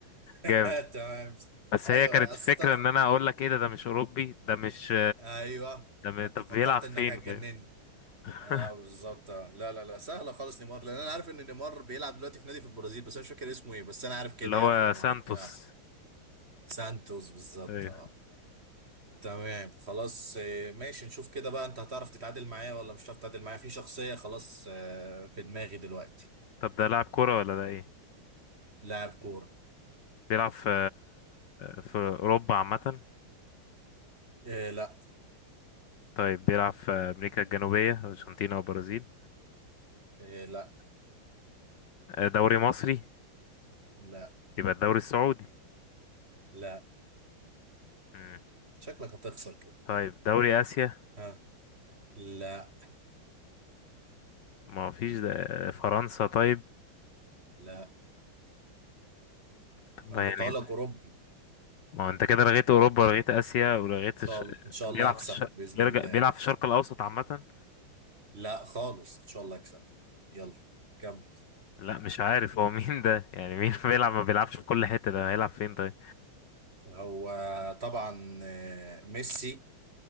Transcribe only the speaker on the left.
جامد
بس
هي كانت
الفكرة
ان انا اقول لك ايه ده ده مش اوروبي ده مش
ده م...
طب
بيلعب فين
<laughs> فاهم؟
اللي هو
سانتوس
ايوه
طب ده لاعب كورة ولا ده ايه
بيلعب في في أوروبا عامة
طيب بيلعب في أمريكا الجنوبية أرجنتينا وبرازيل
آه، دوري مصري
يبقى الدوري السعودي
مم.
طيب دوري آسيا
ما فيش ده- آه، فرنسا طيب
طب
يعني
ما هو أنت كده لغيت أوروبا ولغيت آسيا ولغيت
الش...
بيلعب
في الش...
بيرجع
بيلعب في الشرق الأوسط عامة
لا مش عارف هو مين ده يعني مين <laughs> بيلعب ما بيلعبش في كل حتة ده هيلعب فين طيب